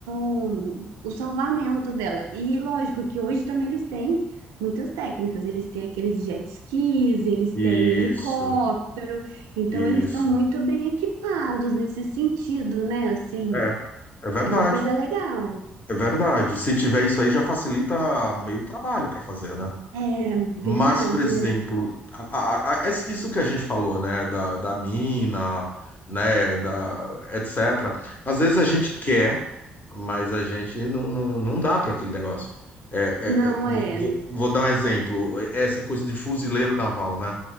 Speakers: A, on the right; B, on the left.
A: o, o salvamento dela. E lógico que hoje também eles têm muitas técnicas. Eles têm aqueles jet skis, eles
B: Isso,
A: têm helicóptero. Então
B: isso.
A: eles estão muito bem equipados nesse sentido, né? Assim,
B: É, é verdade.
A: é uma coisa legal.
B: É verdade. Se tiver isso aí, já facilita meio trabalho para fazer, né?
A: É
B: Mas,
A: verdade.
B: por exemplo, a- a- a- es- isso que a gente falou, né, da, da mina, né, da, etc. Às vezes a gente quer, mas a gente não, não, não dá para aquele negócio. É, é,
A: Não
B: é, vou,
A: é.
B: vou- vou dar um exemplo, essa coisa de fuzileiro naval, né?